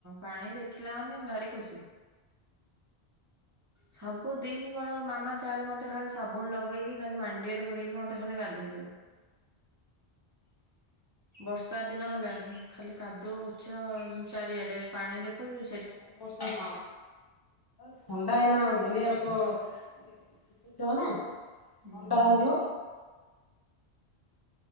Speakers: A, on the right (about 25°); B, on the left (about 25°).
A: ପାଣି ଦେଖିଲା ମାନେ ଭାରି ଖୁସି। ସବୁଦିନ କହିବ ମାମା ଚାଲ ମୋତେ ଖାଲି ସାବୁନ ଲଗେଇକି ଖାଲି ମାଣ୍ଡିଆରେ ପୁରେଇକି ମୋତେ ଖାଲି ଗାଧେଇ ଦବୁ। ବର୍ଷା ଦିନ ହେଲାଣି, ଖାଲି କାଦୁଅ ପୁଚ ଉଁ, ଚାରିଆଡେ ପାଣି ଦେଖୁଚି
B: ମୋର ସ ହଁ। ଥଣ୍ଡା ଏଇନା ଦୁନିଆରୋଗ ଛୁଆ ନା ଥଣ୍ଡା
A: ହୁଁ
B: ହେଇଯିବ।